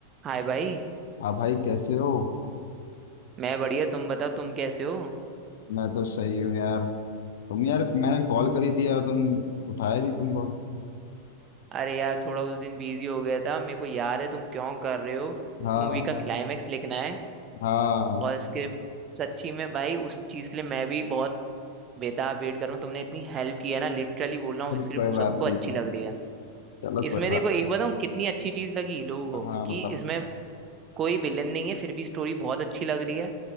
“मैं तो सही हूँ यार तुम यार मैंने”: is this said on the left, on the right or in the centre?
Left